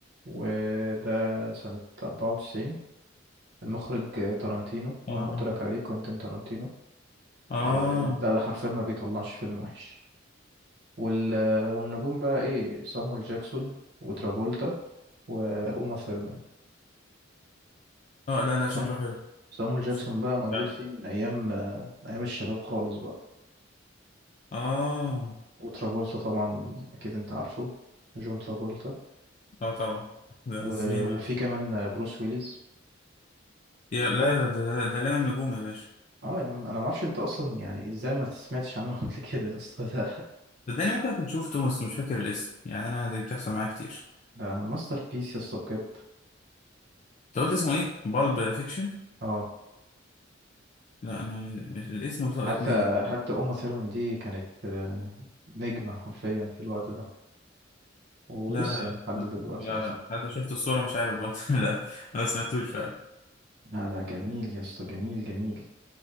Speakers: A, on the right (about 60°); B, on the left (about 40°).
A: وده سنه 94 المخرج آه، تارانتينو
B: اه
A: اللي انا قلت لك عليه كوينتين تارانتينو
B: اه
A: آه، ده حرفيا ما بيطلعش فيلم وحش وال... والنجوم بقى ايه صامويل جاكسون وترافولتا وأوما ثيرمان
B: اه لا لا شكله
A: صامو-
B: حلو
A: صامويل جاكسون
B: شكله
A: بقى
B: حلو
A: موجود
B: فعلا
A: فيه من أيام آه، أيام الشباب خالص بقى
B: اه
A: وترافولتا طبعا أكيد أنت عارفه جون ترافولتا
B: اه طبعا ده
A: و...
B: زميل
A: وفي كمان آه، بروس ويليز
B: يا لا ده ده ده, ده لامم نجوم يا باشا
A: اه يا عم انا ما اعرفش انت اصلا يعني ازاي ما سمعتش عنه <laughs> قبل كده يا اسطى ده
B: ده, ده انا ممكن اكون شفته بس مش فاكر الاسم يعني انا دي بتحصل معايا كتير
A: ده ماستر بيس يا اسطى بجد
B: انت قلت اسمه ايه بالب فيكشن
A: اه
B: لا انا الاسم سقط
A: حتى
B: مني
A: حتى اوما ثيرمان دي كانت آه، نجمة حرفيا في الوقت ده ولسه
B: لا لا
A: لحد
B: لا
A: دلوقتي
B: لا
A: انا طبعا
B: لا. حتى شفت الصورة مش عارف برضه <laughs> لا انا ما سمعتوش فعلا
A: لا لا جميل يا اسطى جميل جميل